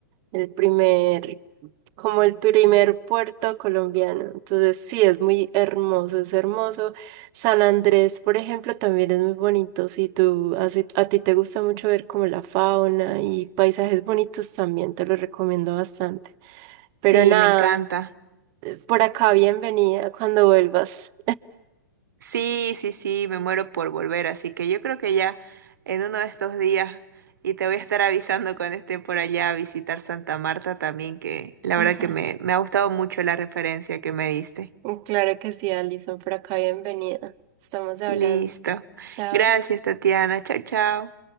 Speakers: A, on the right; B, on the right.
A: el primer, como el primer puerto colombiano. Entonces, sí, es muy hermoso, es hermoso. San Andrés, por ejemplo, también es muy bonito. Si tú, a, si- a ti te gusta mucho ver como la fauna y paisajes bonitos, también te lo recomiendo bastante. Pero
B: Sí,
A: nada,
B: me encanta.
A: por acá bienvenida cuando vuelvas.
B: Sí, sí, sí, me muero por volver, así que yo creo que ya en uno de estos días y te voy a estar avisando cuando esté por allá a visitar Santa Marta también, que la
A: <laughs>
B: verdad que me, me ha gustado mucho la referencia que me diste.
A: Ujú. Claro que sí, Alison, por acá bienvenida. Estamos hablando.
B: Listo.
A: Chao.
B: Gracias, Tatiana. Chao, chao.